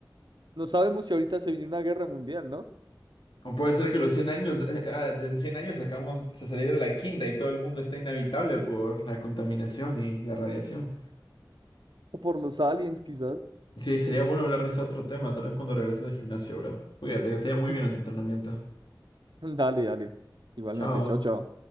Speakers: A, on the right; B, on the left.
A: no sabemos si ahorita se viene una guerra mundial, ¿no?
B: O puede ser que los 100 años, eh, eh, ah, en 100 años acabamos de salir de la quinta y todo el mundo está inhabitable por la contaminación y la radiación.
A: O por los aliens quizás.
B: Sí, sería bueno hablar de ese otro tema, tal vez cuando regreses al gimnasio, bro. Cuídate, que te vaya muy
A: <laughs>
B: bien en tu entrenamiento.
A: Dale, dale. Igualmente,
B: Chao.
A: chao, chao.